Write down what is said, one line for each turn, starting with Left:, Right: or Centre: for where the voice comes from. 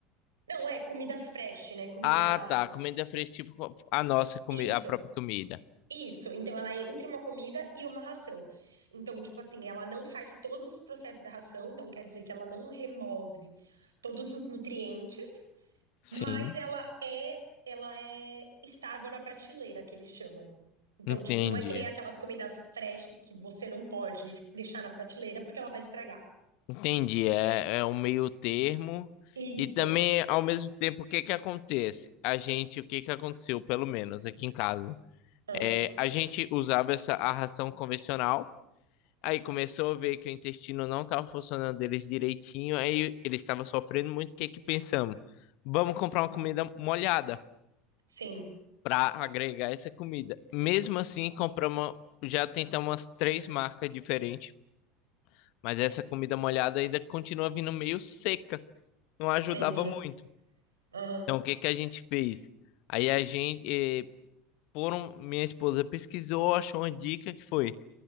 Right: Não, é comida fresh, né? Comida.
Left: Ah, tá. Comida fresca, tipo a nossa comida,
Right: Isso,
Left: a própria comida.
Right: isso. Então, ela é entre uma comida e uma ração. Então, tipo assim, ela não faz todos os processos da ração, então quer dizer que ela não remove todos os nutrientes,
Left: Sim,
Right: mas ela é, ela é estável na prateleira, que eles chamam. Então,
Left: entendi.
Right: tipo, não é que nem aquelas comidas freshes que você não pode deixar na prateleira porque ela vai estragar.
Left: Entendi. É, é um meio termo.
Right: Isso.
Left: E também, ao mesmo tempo, o que que acontece? A gente, o que que aconteceu, pelo menos aqui em casa?
Right: Ah,
Left: É, a gente usava essa a ração convencional. Aí começou a ver que o intestino não estava funcionando deles direitinho. Aí eles estavam sofrendo muito. O que que pensamos? Vamos comprar uma comida molhada.
Right: sim,
Left: para agregar essa comida. Mesmo assim, compramos, já tentamos umas três marcas diferentes, mas essa comida molhada ainda continua vindo meio seca, não ajudava
Right: entendi.
Left: muito.
Right: Aham.
Left: Então, o que que a gente fez? Aí a gente, eh, foram, minha esposa pesquisou, achou uma dica que foi